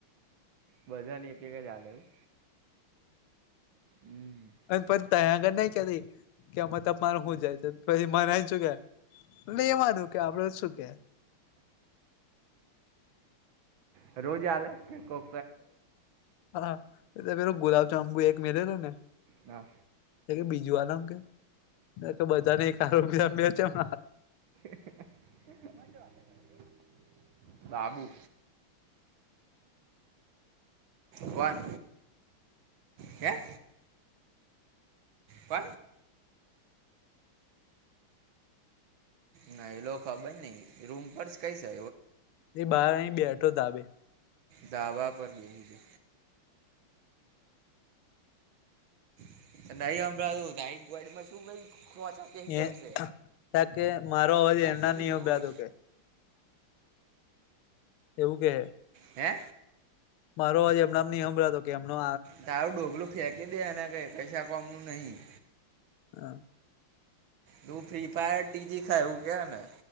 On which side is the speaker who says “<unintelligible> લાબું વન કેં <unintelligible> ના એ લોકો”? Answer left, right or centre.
Right